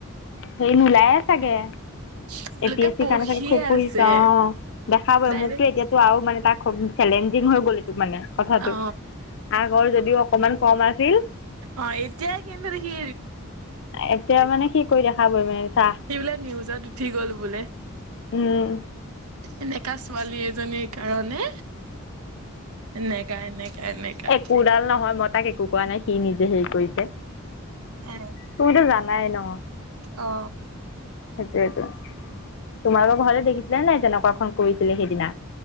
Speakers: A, on the left; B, on the right.
A: হেই নোলাই চাগে
B: <unintelligible>
A: এ পি এছ চিৰ
B: পঢ়ি
A: কাৰণে খুব
B: আছে
A: পঢ়িছো অ দেখাবই
B: ডাইৰেক্ট
A: মোকতো এতিয়াতো আৰু মানে তাক খুব চেলেঞ্জিং হৈ গ'ল এইটো মানে কথাটো
B: অ
A: আগৰ যদিও অকমান কম আছিল
B: অ এতিয়াই কিন্তু দেখি
A: এতিয়া মানে সি কৰি দেখাবই মানে চা
B: সি বুলে নিউজত উঠি গ'ল বোলে
A: উম
B: এনেকা ছোৱালী এজনীৰ কাৰণে এনেকা এনেকা এনেকা
A: একোডাল নহয় মত তাক একো কোৱা নাই সি নিজে হেৰি কৰিছে।
B: এ
A: তুমিতো জানাই ন?
B: অ
A: সেইটোৱে তোমালোকৰ ঘৰলে দেখিছিলে নাই যেনেকুৱাখন কৰিছিলে সেইদিনা